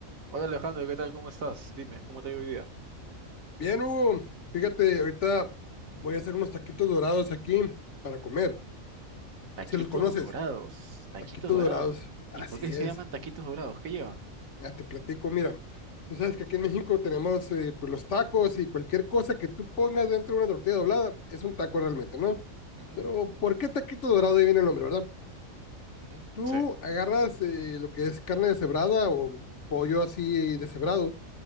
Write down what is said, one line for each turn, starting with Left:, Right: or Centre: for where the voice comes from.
Right: Hola Alejandro, ¿qué tal? ¿Cómo estás? Dime, ¿cómo te ha ido hoy día?
Left: Bien, Hugo, fíjate, ahorita voy a hacer unos taquitos dorados aquí para comer.
Right: Taquitos
Left: Si los conoces,
Right: dorados, taquitos
Left: taquitos
Right: dorados.
Left: dorados. Así
Right: ¿Y por qué se
Left: es.
Right: llaman taquitos dorados? ¿Qué llevan?
Left: Ya te platico, mira. Tú sabes que aquí en México tenemos eh, pues los tacos y cualquier cosa que tú pongas dentro de una tortilla doblada es un taco realmente, ¿no?
Right: Ujú,
Left: Pero ¿por qué taquito dorado? Ahí viene el nombre, ¿verdad?
Right: ujú.
Left: Tú
Right: Sí,
Left: agarras eh, lo que es carne deshebrada o pollo así deshebrado